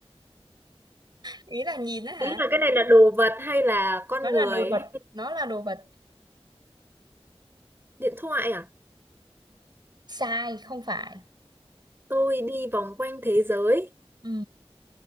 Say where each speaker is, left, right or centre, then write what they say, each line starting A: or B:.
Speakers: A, on the right (about 45°); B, on the right (about 20°).
A: ý là nhìn đó hả
B: Ý là cái này là đồ vật hay là con
A: nó là
B: người
A: đồ vật
B: hay
A: Nó là đồ vật.
B: điện thoại à?
A: Sai, không phải.
B: Tôi đi vòng quanh thế giới
A: Ừ.